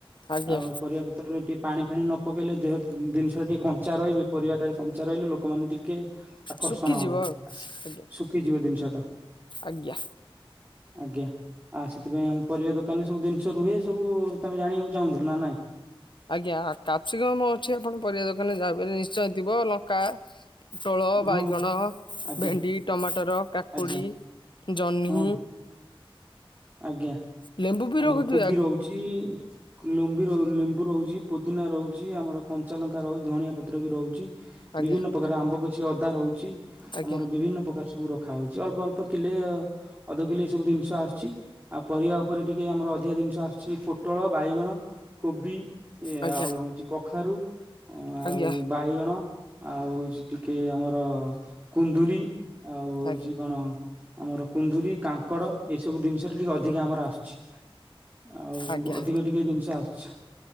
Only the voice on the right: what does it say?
ଆଉ ପରିବା ପତ୍ରରେ ଟିକେ ପାଣି ଫାଣି ନ ପକେଇଲେ ଦେହ ଜିନିଷ ଟା ଟିକେ କଞ୍ଚା ରହିବେ ପରିବା ଟାରେ କଞ୍ଚା ରହିଲେ ଲୋକ ମାନ ଟିକେ ଆକର୍ଷଣ
ହବ
ଶୁଖିଯିବ ଜିନିଷ ଟା
ଆଜ୍ଞା। ଆଉ ସେଥିପାଇଁ ଆମ ପରିବା ଦୋକାନରେ ସବୁ ଜିନିଷ ରୁହେ ସବୁ ତମେ ଜାଣିବାକୁ ଚାହୁଁଥିବ ନା ନାଇଁ
ହଁ
ଆଜ୍ଞା
ଆଜ୍ଞା
ହଁ ଆଜ୍ଞା
ଆମର
କୋବି
ରହୁଛି ଲେମ୍ବି ର ଲେମ୍ବୁ ରହୁଛି। ପୁଦିନା ରହୁଛି ଆମର କଞ୍ଚା ଲଙ୍କା ରହୁଛି ଧଣିଆ ପତ୍ର ବି ରହୁଛି
ବିଭିନ୍ନ ପ୍ରକାର ଆମ୍ବ କ କିଛି ଅଦା ରହୁଛି
ଆମର ବିଭିନ୍ନ ପ୍ରକାର ସବୁ ରଖା ହଉଛି ଅଳ୍ପ ଅଳ୍ପ କିଲେ-ଏ-ଏ ଅଧ କିଲେ ସବୁ ଜିନିଷ ଆସୁଛି। ଆଉ ପରିବା ଉପରେ ଟିକେ ଆମର ଅଧିକା ଜିନିଷ ଆସୁଛି ପୋଟଳ, ବାଇଗଣ, କୋବି। ଏ
ଆଉ
ହଉଛି କଖାରୁ ଅ-ଅ
ଆଉ ବାଇଗଣ ଆଉ ହଉଛି ଟି କି ଆମର କୁନ୍ଦୁରି ଆଉ ହଉଛି
କଣ ଆମର କୁନ୍ଦୁରି, କାଙ୍କଡ ଏଇ ସବୁ ଜିନିଷରେ ଟିକେ ଅଧିକା ଆମର ଆସୁଛି। ଆଉ
ଅଧିକ ଟିକେ ଜିନିଷ ଆସୁଛି